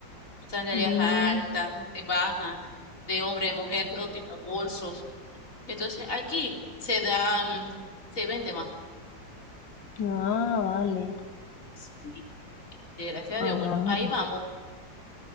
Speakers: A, on the left; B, on the left.
A: sandalias
B: Mm,
A: altas, eh, bajas, de hombre, de mujer, todo tipo de bolsos. Entonces aquí se da, mm, se vende más.
B: ah, vale.
A: Sí, y gracias a
B: Ah,
A: Dios, bueno, ahí
B: vale.
A: vamos.